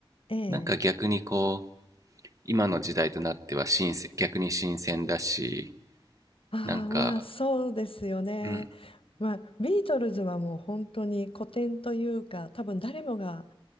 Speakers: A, on the left; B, on the right.
A: ええ
B: なんか逆にこう今の時代となっては新鮮逆に新鮮だし
A: ああ、
B: なんか
A: まあそうですよね。
B: うん
A: まあビートルズはもう本当に古典というか多分誰もが